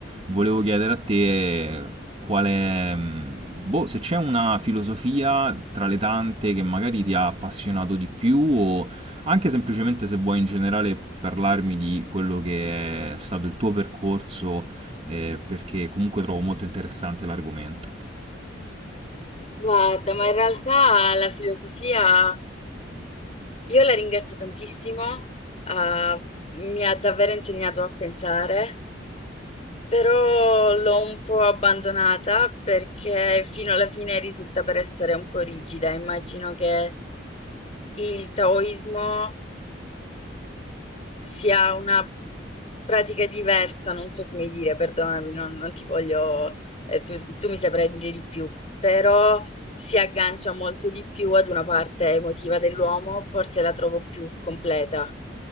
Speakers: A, on the right; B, on the left.
A: volevo chiedere a te qual è, mm, boh, se c'è una filosofia tra le tante che magari ti ha appassionato di più o anche semplicemente se vuoi in generale parlarmi di quello che è stato il tuo percorso eh, perché comunque trovo molto interessante l'argomento.
B: guarda, ma in realtà la filosofia io la ringrazio tantissimo, ah, mi ha davvero insegnato a pensare, però l'ho un po' abbandonata perché fino alla fine risulta per essere un po' rigida. Immagino che il taoismo si ha una pratica diversa, non so come dire, perdonami, non, non ti voglio, eh, tu, tu mi saprai dire di più, però si aggancia molto di più ad una parte emotiva dell'uomo, forse la trovo più completa.